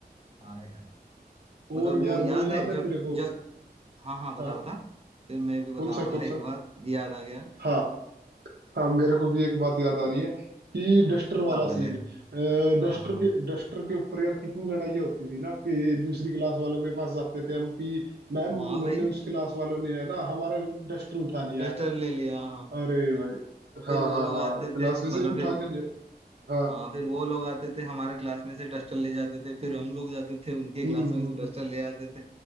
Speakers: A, on the right; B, on the right.
A: हाँ यार मतलब
B: और यार
A: वो याद
B: वो याद
A: है
B: है
A: जब
B: तेरे को
A: जब हाँ हाँ बता
B: हाँ
A: बता फिर मैं भी बताऊंगा
B: कौन सा कौन
A: एक
B: सा
A: बात याद आ गया
B: हाँ हाँ मेरे को भी एक बात याद आ रही है कि
A: हाँ
B: डस्टर
A: तो
B: वाला
A: बता पहले
B: सीन डस्टर
A: हाँ हाँ
B: के डस्टर के ऊपर यार कितनी लड़ाइयाँ होती थी ना कि दूसरी क्लास वालों के पास जाते थे हम कि मैम
A: हाँ
B: उन्होंने
A: भाई
B: उस क्लास वालों ने है ना हमारा डस्टर उठा लिया
A: डस्टर
B: है
A: ले लिया हाँ
B: अरे भाई हाँ
A: फिर वो
B: हाँ
A: लोग
B: हाँ
A: आते
B: क्लास
A: थे
B: में से
A: मतलब
B: उठा
A: फिर
B: के लिया हाँ
A: हाँ फिर वो लोग आते थे हमारे क्लास में से डस्टर ले जाते थे फिर हम लोग जाते थे उनके क्लास
B: हम्म
A: में
B: हम्म
A: से
B: हम्म।
A: डस्टर ले आते थे